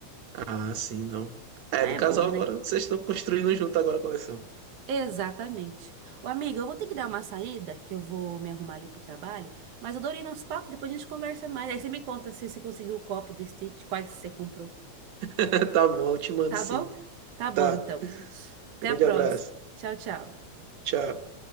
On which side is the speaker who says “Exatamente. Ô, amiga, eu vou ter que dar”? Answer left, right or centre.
Right